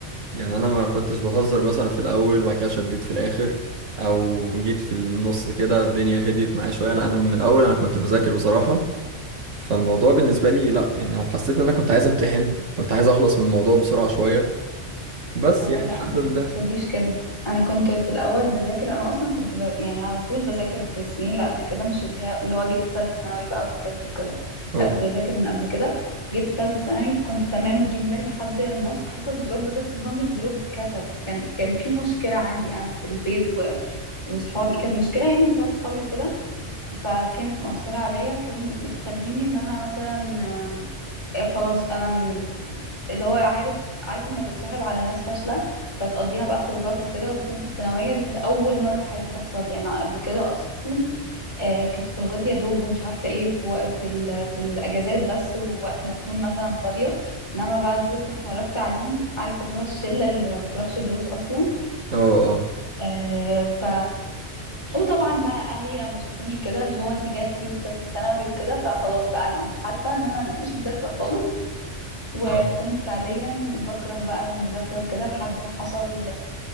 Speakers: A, on the right (about 90°); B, on the left (about 25°).
A: يعني انا ما كنتش بهزر مثلا في الاول وبعد كده شديت في الاخر او جيت في النص كده الدنيا هديت معايا شويه لا انا من الاول انا كنت بذاكر بصراحه فالموضوع بالنسبه لي لا يعني انا حسيت ان انا كنت عايز امتحن كنت عايز اخلص من الموضوع بسرعه شويه بس
B: اه
A: يعني
B: لا انا
A: الحمد لله
B: ما حصليش كده انا كنت في الاول بذاكر انا اصلا كنت ب... يعني على طول بذاكر في السنين اللي قبل كده مش اللي هي... اللي هو جيت في ثالثه ثانوي بقى وذاكرت وكده
A: اه
B: لا كنت بذاكر من قبل كده جيت في ثالثه ثانوي كنت تمام جدا لحد النص حصل دروب بس هو مش دروب كسل كان كان في مشكله عندي انا في البيت و... وصحابي كانت مشكله يعني بسبب صحابي وكده فكانت مؤثره عليا كانت بتخليني ان انا مثلا آم، آه، خلاص انا اللي هو عارف عارف لما تتصاحب على ناس فاشلة فتقضيها بقى خروجات وكده وتنسى الثانوية دي كانت أول مرة في حياتي تحصل لي أنا قبل كده أصلا آه كانت خروجات يا دوب ومش عارفة إيه في وق- في, ال- في الأجازات بس ووقت ما تكون مثلا فاضية إنما بقى دول كنت عرفت عليهم عارف اللي هو الشلة اللي ما بتروحش دروس أصلا
A: اه اه
B: آه ف وطبعا بقى اهلي لما شافوني كده اللي هو انت جايه تخيبي في ثالثه ثانوي وكده فخلاص بقى انا قمت حالفه ان انا مش مذاكره خالص وكنت
A: اه
B: فعليا بكره بقى المذاكرة وكده لحد ما حصل